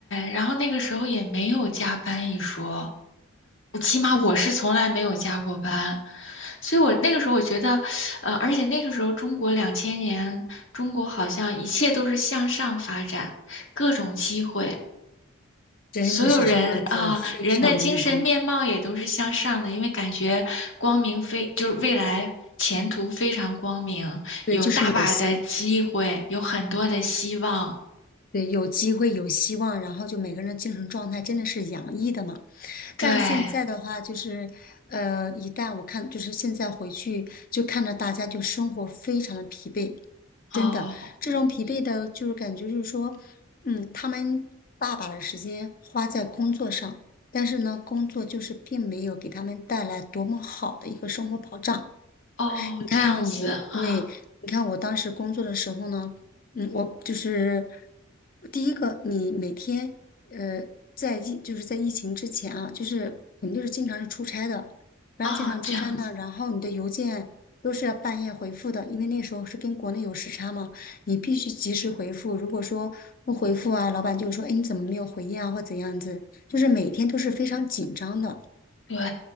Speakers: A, on the left (about 65°); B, on the left (about 40°).
A: 然后那个时候也没有加班一说，我起码我是从来没有加过班，
B: 是的，
A: 所以我那个时候我觉得，呃，而且那个时候中国两千年，中国好像一切都是向上发展，各种机会，
B: 真的是这样子，
A: 所有人啊，
B: 非常美好。
A: 人的精神面貌也都是向上的，因为感觉光明非，就是未来前途非常光明，
B: 对，
A: 有大把的机会，
B: 就是有希，
A: 有很多的希望，
B: 对，有机会，有希望，然后就每个人的精神状态真的是洋溢的嘛。但现在的话，
A: 对。
B: 就是呃，一旦我看，就是现在回去就看到大家就生活非常的疲惫，真的，
A: 哦，
B: 这种疲惫的，就是感觉就是说，嗯，他们大把的时间花在工作上，但是呢，工作就是并没有给他们带来多么好的一个生活保障。
A: 哦，
B: 你看我，
A: 这样子啊
B: 对，你看我当时工作的时候呢，嗯，我就是第一个，你每天呃，在疫就是在疫情之前啊，就是肯定就是经常是出差的，然后经常出差呢，
A: 啊，这样子，
B: 然后你的邮件都是要半夜回复的，因为那时候是跟国内有时差嘛，你必须及时回复。如果说不回复啊，老板就说，哎，你怎么没有回应啊，或怎样子，就是每天都是非常紧张的。
A: 对，